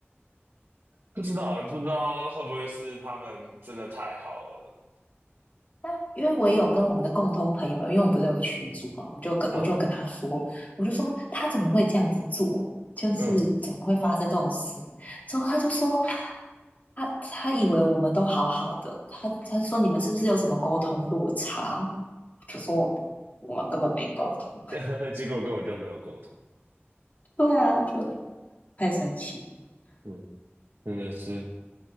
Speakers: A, on the right; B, on the left.
A: 不知道诶，不知道会不会是他们真的太好了？
B: 但因为我也有跟我们的共同朋友，因为我们不是有个群组嘛，我就跟我就跟他说，
A: 嗯
B: 我就说他怎么会这样子做，就是怎么会发生这种事？
A: 嗯
B: 之后他就说，他他以为我们都好好的，他他说你们是不是有什么沟通落差？我就说我们根本没沟通，<laughs>
A: 嗯，<laughs> 结果跟我就没有沟通。
B: 对啊，就太神奇。
A: 嗯，真的是，